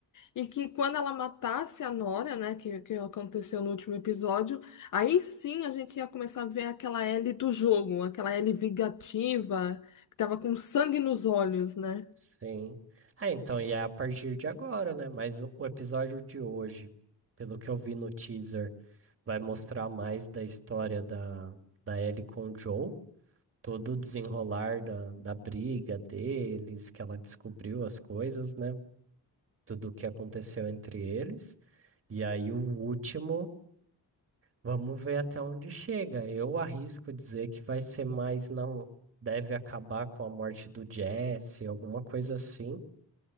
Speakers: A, on the left; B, on the right.
A: e que quando ela matasse a Nora, né, que, que aconteceu no último episódio, aí sim a gente ia começar a ver aquela Ellie do jogo, aquela Ellie vingativa, que tava com sangue nos olhos, né?
B: Sim. Ah, então, e é a partir de agora, né? Mas o, o episódio de hoje, pelo que eu vi no teaser, vai mostrar mais da história da, da Ellie com o Joe, todo o desenrolar da, da briga deles, que ela descobriu as coisas, né? Tudo o que aconteceu entre eles. E aí o último, vamos ver até onde chega. Eu arrisco dizer que vai ser mais, não, deve acabar com a morte do Jesse, alguma coisa assim